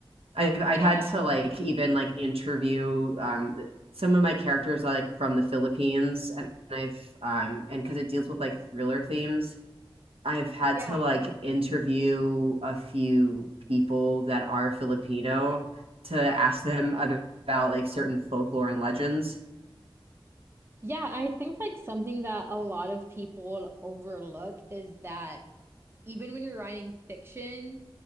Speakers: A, on the right (about 85°); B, on the right (about 25°).
A: I've I've
B: Yeah,
A: had
B: yeah.
A: to like even like interview um some of my characters like from the Philippines and I've um and because it deals with like thriller themes, I've had
B: Yeah.
A: to like interview a few people that are Filipino to ask them ab- about like certain folklore and legends
B: Yeah, I think like something that a lot of people overlook is that even when you're writing fiction,